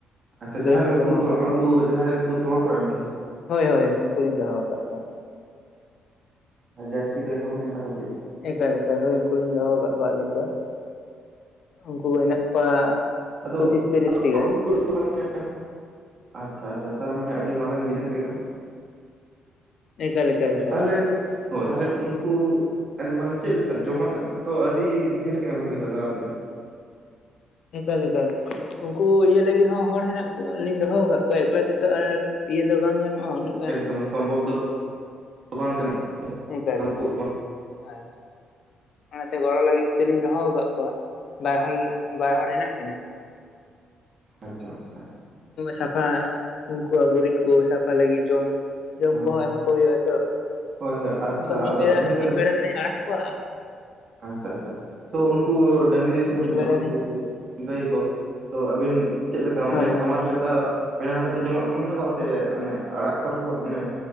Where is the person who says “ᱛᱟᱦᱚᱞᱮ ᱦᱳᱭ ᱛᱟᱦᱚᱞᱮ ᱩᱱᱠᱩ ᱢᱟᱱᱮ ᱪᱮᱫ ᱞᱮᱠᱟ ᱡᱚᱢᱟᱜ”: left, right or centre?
Right